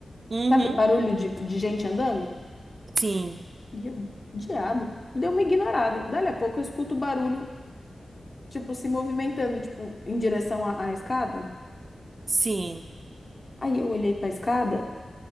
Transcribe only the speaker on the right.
Uhum.
Sim.
Sim.